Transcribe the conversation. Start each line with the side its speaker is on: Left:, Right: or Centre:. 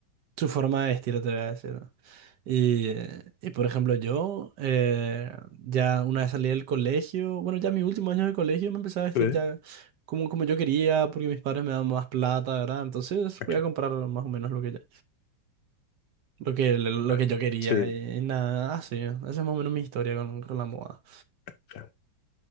Right: su forma de vestir, te voy a decir, ¿no? Y, y, por ejemplo, yo eh, ya una vez salí del colegio, bueno, ya mi último año de colegio me empecé a vestir
Left: ¿eh?
Right: ya como, como yo quería, porque mis padres me daban más plata, ¿verdad? Entonces
Left: Aquí.
Right: voy a comprar más o menos lo que, ya- lo que, lo
Left: Claro.
Right: que yo quería
Left: sí,
Right: y, nada, así, esa es más o menos mi historia con, con la moda.
Left: claro.